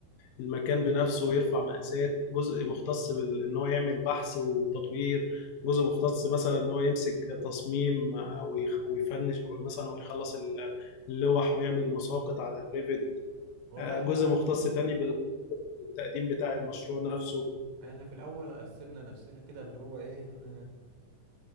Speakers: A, on the left; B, on the right.
A: المكان بنفسه ويرفع مقاسات، جزء مختص بال- ان هو يعمل بحث وتطوير، جزء مختص مثلا ان هو يمسك تصميم آه، ويخ- ويفنش مثلا ويخلص ال- اللوح ويعمل المساقط على الريفت،
B: والله
A: آه،
B: احنا
A: جزء مختص تاني بالتقديم بتاع المشروع نفسه.
B: احنا في الاول قسمنا نفسنا كده اللي هو ايه ان